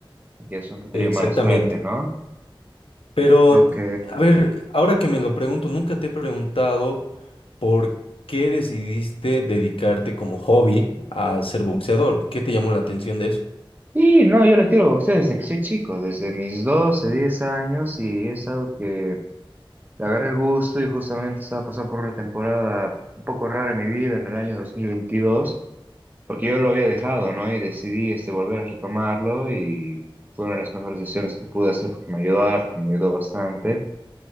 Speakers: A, on the right (about 20°); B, on the left (about 80°).
A: y que Sonta ha tenido
B: Exactamente.
A: mala suerte, ¿no?
B: Pero,
A: Ok,
B: a ver, ahora que me lo pregunto, nunca te he preguntado por qué decidiste dedicarte como hobby a ser boxeador. ¿Qué te llamó la atención de eso?
A: Y no, yo le tiro boxeo desde que soy chico, desde mis 12 10 años, y es algo que le agarré el gusto y justamente estaba pasando por una temporada un poco rara en mi vida en el año 2022, porque yo lo había dejado, ¿no? Y decidí este, volver a retomarlo y fue una de las mejores decisiones que pude hacer porque me ayudó harto, me ayudó bastante.